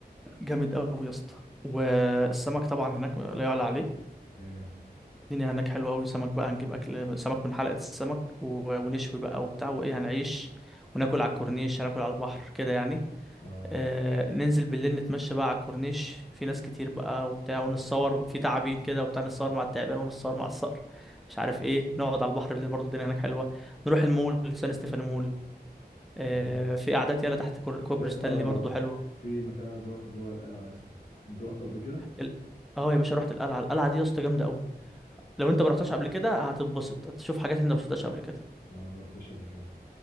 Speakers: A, in the centre; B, on the left (about 60°).
A: جامد قوي يا اسطى والسمك طبعا هناك لا يعلى عليه
B: ايوه
A: الدنيا هناك حلوه قوي سمك بقى هنجيب اكل سمك من حلقه السمك و- ونشوي بقى وبتاع وايه هنعيش وناكل على الكورنيش هناكل على البحر كده يعني
B: اه
A: آه ننزل بالليل نتمشى بقى على الكورنيش في ناس كتير بقى وبتاع ونتصور في تعابين كده وبتاع نتصور مع التعبان ونتصور مع الصقر مش عارف ايه نقعد على البحر بالليل برضه الدنيا هناك حلوه نروح المول سان ستيفانو مول آه
B: اه
A: في قعدات يالا تحت كور- كوبري
B: يا اسطى
A: ستانلي برضه حلوه
B: في مكان عايز اروحه اللي هو القلعه يا اسطى انت رحت قبل كده
A: ال- اه يا باشا رحت القلعه القلعه دي يا اسطى جامده قوي لو انت ما رحتش قبل كده هتتبسط هتشوف حاجات انت ما شفتهاش قبل كده
B: اه ما رحتش قبل كده